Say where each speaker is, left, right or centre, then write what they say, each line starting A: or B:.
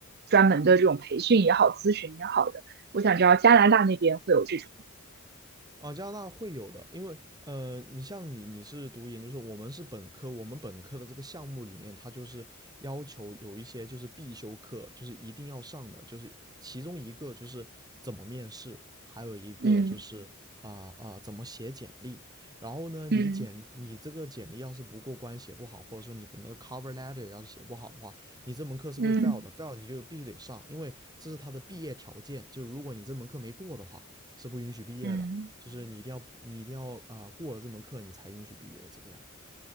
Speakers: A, on the right; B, on the right.
A: 专门的这种培训也好、咨询也好的。我想知道加拿大那边会有这种，
B: 啊，加拿大会有的，因为呃，你像你你是读研究生，我们是本科，我们本科的这个项目里面，它就是要求有一些就是必修课，就是一定要上的，就是其中一个就是怎么面试，还有一个就是啊啊、
A: 嗯
B: 呃呃怎么写简历。然后呢，你简你这个简历要是不过关，
A: 嗯
B: 写不好，或者说你的那个 cover letter 要是写不好的话，你这门课是会
A: 嗯
B: fail 的，fail 你就必须得上，因为这是他的毕业条件，就如果你这门课没过的话，是不允许毕业的。
A: 嗯，
B: 就是你一定要你一定要啊、呃过了这门课你才允许毕业这个样。